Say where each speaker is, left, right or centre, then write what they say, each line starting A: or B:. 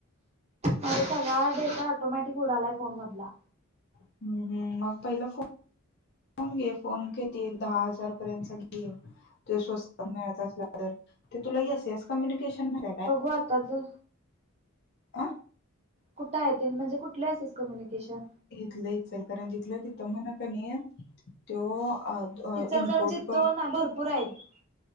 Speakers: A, on the right; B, on the left.
A: माझा सगळा डेटा ऑटोमॅटिक उडालाय फोन मधला.
B: हम्म हम्म मग पहिला फो फोन घे फोन कती एक दहा हजार पर्यंत घे ते स्वस्त मिळत असला <unintelligible> ते तुला येस येस कम्युनिकेशन माहितीय
A: बघू
B: काय?
A: आता जर
B: आ
A: कुठं आहेे तेन म्हणजे कुठले येस येस कम्युनिकेशन?
B: इथलं सनकरान जिथलं तिथं म्ह का नी तो आद अ
A: इचलकरंजीत
B: इम्पोर्ट का
A: दोन भरपूर आहेत